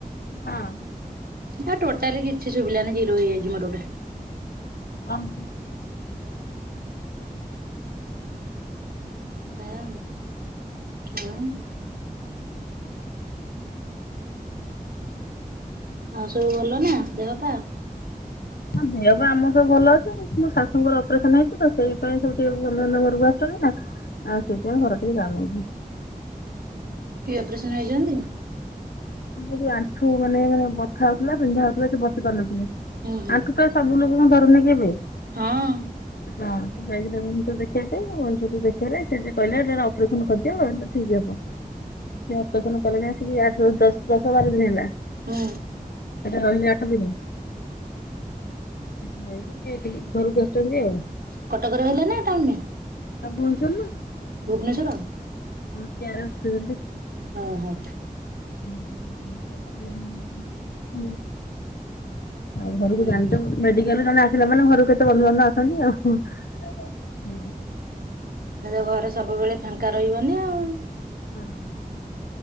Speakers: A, on the left; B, on the right.
A: ହଁ।
B: ହେ ଟୋଟାଲି କିଛି ସୁଭିଲାନି ଜିରୋ ହେଇଯାଇଚି ମୋର ଗୋଟେ।
A: ଅହ।
B: ଏଇ ହଁ ବା। ଆଉ ସବୁ ଭଲ ନା ଦେହ ପା।
A: ହଁ ଦେହ ପାଇଁ ଆମର ସବୁ ଭଲ ଅଛି ମୋ ଶାଶୁଙ୍କର ଅପରେସନ ହେଇଛି ତ ସେଇ ପାଇଁ ସବୁ ଟିକେ ବନ୍ଧୁ ବାନ୍ଧବ ଘରକୁ ଆସୁଚନ୍ତି ନା। ଆଉ ସେଥିପାଇଁ ଘର ଟିକେ ଜାମ ହଉଚି।
B: କି ଅପରେସନ୍ ହେଇଛନ୍ତି?
A: ଆ ଯୋଉ ଆଣ୍ଠୁ ମାନେ ବଥା ହଉଥିଲା ପିନ୍ଧା ହଉଥିଲା ସେ ବସି ପାରୁନଥିଲେ
B: ହୁଁ ହୁଁ।
A: ଆଣ୍ଠୁ ତ ସବୁ ଲୋକଙ୍କୁ ଧରୁନିକି ଏବେ।
B: ହଁ।
A: ହଁ ସେ ଯାଇଥିଲେ ଭୁବନେଶ୍ୱର ଦେଖେଇବା ପାଇଁ ଭୁବନେଶ୍ଵର ଦେଖେଇଲେ ସେ ଯେ କହିଲେ ଏ ଅପରେସନ କରିଦିଅ ଠିକ ହବ। ସେ ଅପରେସନ କଲେଣି ଆସିକି ଆଠ ଦଶ ଦଶ ବାର ଦିନ ହେଲା।
B: ହୁଁ।
A: ହେଠେ ରହି ଯା ଆଠ ଦିନି। ହେଠୁ ନେଇକି ଏଠିକି ଘରକୁ ଆସୁଚନ୍ତି ଆଉ।
B: କଟକ ରେ ହେଲା ନା ଟାଉନ୍ ରେ?
A: ହେଟା ଭୁଲ ଶୁଣନୁ।
B: ଭୁବନେଶ୍ୱର
A: <unintelligible>
B: ହଁ ହ।
A: <unintelligible> ଆଉ ଘରକୁ
B: ଓହୋ
A: ଜାଣତେ ମେଡିକାଲ ରୁ ଜଣେ ଆସିଲା ମାନେ ଘରକୁ କେତେ ବନ୍ଧୁବାନ୍ଧବ ଆସନ୍ତି ଆଉ ହୁଁ। ହୁଁ।
B: ହେଲେ ଘରେ ସବୁବେଳେ ଫାଙ୍କା ରହିବନି ଆଉଁ।
A: ହଁ।